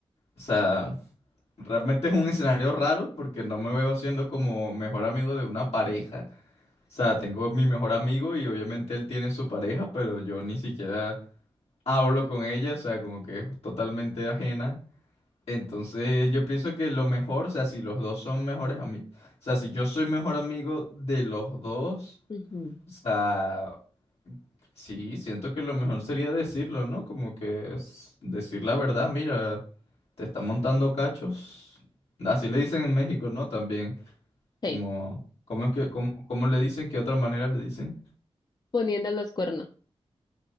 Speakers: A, on the left; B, on the left.
A: sea, realmente es un escenario raro porque no me veo siendo como mejor amigo de una pareja. O sea, tengo mi mejor amigo y obviamente él tiene su pareja, pero yo ni siquiera... hablo con ella, o sea, como que es totalmente ajena. Entonces yo pienso que lo mejor, o sea, si los dos son mejores amigos, o sea, si yo soy mejor amigo de los dos,
B: Ujú.
A: o sea, sí, siento que lo mejor sería decirlo, ¿no? Como que es decir la verdad, mira, te está montando cachos. Así le dicen en México, ¿no? También,
B: Sí,
A: como, ¿cómo es que, cómo, cómo le dicen? ¿Qué otra manera le dicen?
B: poniendo los cuernos.